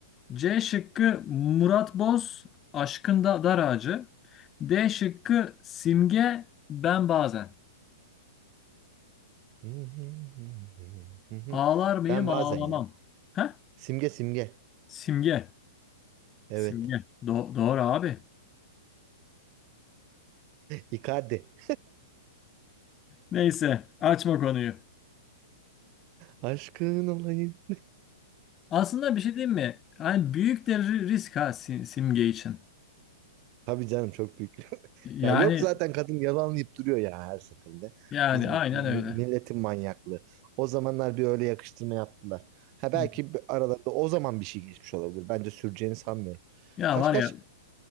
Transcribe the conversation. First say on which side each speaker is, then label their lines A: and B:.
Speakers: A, on the left (about 25°); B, on the right (about 40°).
A: C şıkkı Murat Boz Aşkında Dar Ağacı. D şıkkı Simge Ben Bazen.
B: Hı hı hı hı hı hı.
A: Ağlar mıyım
B: Ben
A: ağlamam.
B: bazen ya.
A: Heh?
B: Simge simge.
A: Simge.
B: Evet.
A: Simge. Do- doğru abi.
B: <laughs> İkade.
A: Neyse açma konuyu.
B: Aşkın olayım.
A: Aslında bir şey diyeyim mi? Hani büyük de ri- risk ha Sim- Simge için.
B: Tabii canım çok büyük. <laughs>
A: Yani
B: Ya yok zaten kadın yalanlayıp duruyor ya her seferinde.
A: yani
B: Bizim
A: aynen
B: mi-
A: öyle.
B: milletin manyaklığı. O zamanlar bir öyle yakıştırma yaptılar. Ha belki
A: Hı.
B: bir- aralarında o zaman bir şey geçmiş olabilir. Bence süreceğini sanmıyorum.
A: Ya
B: Kaç
A: var
B: kaç?
A: ya